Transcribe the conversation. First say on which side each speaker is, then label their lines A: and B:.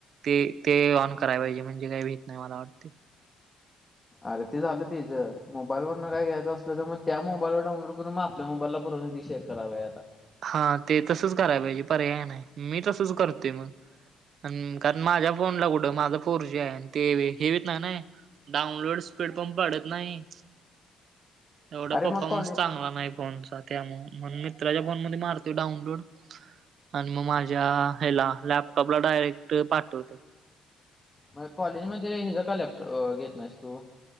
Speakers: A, on the right; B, on the left.
A: ते ते ऑन
B: हम्म
A: करायला पाहिजे म्हणजे काही भीत नाही मला वाटते.
B: अरे ते झालं तेचं मोबाईल वरन काय घ्यायचं असलं तर मग त्या मोबाईलवर डाउनलोड करून मग आपल्या मोबाईलला परत शेअर करायला पाहिजे आत्ता.
A: हां ते तसच करायला पाहिजे पर्याय नाही मी तसच करतोय मग. कारण माझ्या फोनला कुठं माझं फोरजी आहे आणि ते हेवीेत नाही ना. डाउनलोड स्पीड पण वाडत नाही. एवढा
B: अरे
A: परफॉर्मन्स
B: मग कॉलेज
A: चांगला नाही फोनचा त्यामु मण मित्राच्या फोन मध्ये मारतो डाउनलोड. आणि मग माझ्या ह्याला लॅपटॉपला डायरेक्ट पाठवतय.
B: मग कॉलेजमध्ये हिजा का लॅपटॉप घेत नाहीस तू.